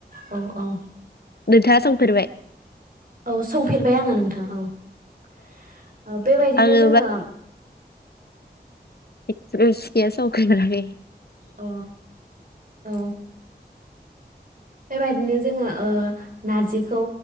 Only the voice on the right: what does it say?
औ औ
औ संफेरबाय आङो नोंथां औ बेबायदिनो
जोङो अ
अ औ बेबायदिनो जोङो ओ नारजिखौ